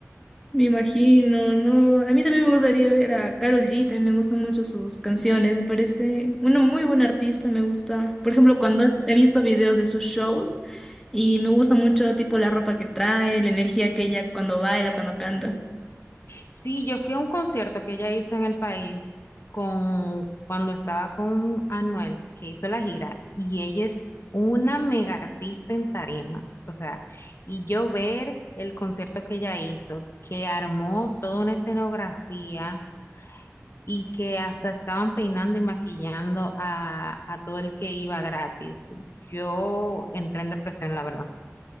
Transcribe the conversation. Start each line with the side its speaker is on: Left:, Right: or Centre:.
Centre: Me imagino, no. A mí también me gustaría ver a Karol G, también me gustan mucho sus canciones, me parece una muy buena artista, me gusta. Por ejemplo, cuando has- he visto videos de sus shows y me gusta mucho tipo la ropa que trae, la energía que ella cuando baila, cuando canta.
Left: Sí, yo fui a un concierto que ella hizo en el país con cuando estaba con Anuel, que hizo la gira, y ella es una mega artista en tarima. O sea, y yo ver el concierto que ella hizo, que armó toda una escenografía y que hasta estaban peinando y maquillando a, a todo el que iba gratis. Yo entré en depresión, la verdad.